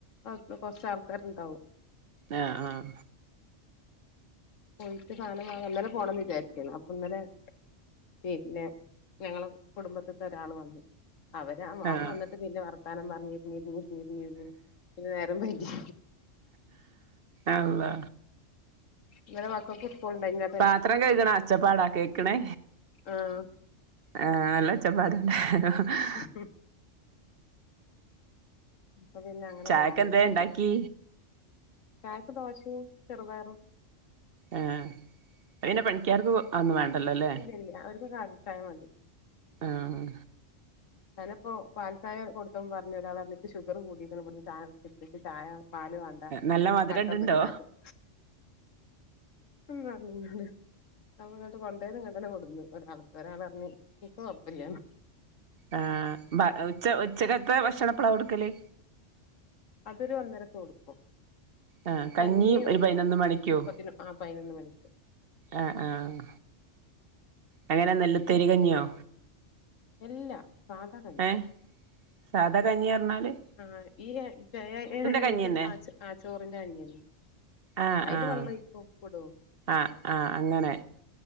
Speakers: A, on the left (about 85°); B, on the right (about 55°).
A: അ കൊർച്ച ആൾക്കാര്ണ്ടാവും.
B: എ. ആഹ്
A: പോയിട്ട് സാനം വാങ്ങാ ഇന്നലെ പോണംന്ന് വിചാരിച്ചീന്ന് അപ്പ ഇന്നലെ. പിന്നെ ഞങ്ങളെ കുടുംബത്ത്ത്തെ ഒരാള് വന്നു. അവര് മാൻ
B: ആഹ്
A: വന്നിട്ട് പിന്നെ വർത്താനം പറഞ്ഞിരുന്നിരുന്നു. ഇന്ന നേരം വെയ്കി.
B: അള്ള
A: ഇന്നലെ മക്കക്ക് സ്കൂൾ ണ്ടെനിയോ.
B: പാത്രം കയ്ക്ണ അച്ചപ്പാടാ കേൾക്കണേ.
A: ആഹ്
B: ആഹ് നല്ല ഒച്ചപ്പാട് <unintelligible>
A: <unintelligible> അപ്പൊ പിന്നെ അങ്ങനെ
B: ചായക്ക്
A: പോകാൻ
B: എന്തേ
A: പറ്റില്ലെങ്കിൽ
B: ഇണ്ടാക്കി
A: ചായക്ക് ദോശയും ചെറുപയറും.
B: ആഹ് അയ് പിന്നെ പണിക്കാർക്ക്. അഒന്നും വേണ്ടല്ല ല്ലേ.
A: ഇല്ല ഇല്ല അവർക്ക് കാണിച്ചായ മതി.
B: ആഹ്
A: ഞാനിപ്പോ പാൽചായ കൊടുത്ത പറഞ്ഞഞ് ഒരാൾ ഇൻക്ക് ഷുഗർ കൂടിക്ക ചായ്യുടിച്ചിട്ട് ചായ. പാല് വേണ്ട
B: നല്ല മധുരംണ്ട്ണ്ടോ
A: കട്ടൻ മതീന്നറിഞ് <unintelligible> നമ്മളട്ട് കൊണ്ടേത്ഘടന കൊടുന്നു ഒരാവത്ത ഒരാളഞ്ഞ് എനിക്കും കുഴപ്പമില്ലണോ.
B: ആഹ് ഉച്ച ഉച്ചകത്തെ ഭക്ഷണപ്പളാ കൊടുക്കല്
A: അതൊരു ഒന്നരത്ത് കൊടുക്കും.
B: ആഹ്
A: കഞ്ഞി ഒരു
B: പതിനൊന്ന് മണിക്കോ
A: പതിന ആ പയ്നൊന്ന് മണിക്ക്.
B: ആഹ് ആഹ്. അങ്ങനെ നല്ലത്തരി കഞ്ഞിയോ.
A: എല്ലാ സാധ കഞ്ഞി
B: ഏഹ് സാധാ കഞ്ഞിറഞ്ഞാല്.
A: ആഹ് ഈ <unintelligible>
B: കഞ്ഞി തന്നെ
A: ആഹ് ചോറിന്റെ കഞ്ഞിയന്നെ
B: ആഹ്
A: അയിൽ
B: ആഹ്
A: വെള്ളൊയ്ക്കും ഉപ്പടും.
B: ആഹ് അങ്ങനെ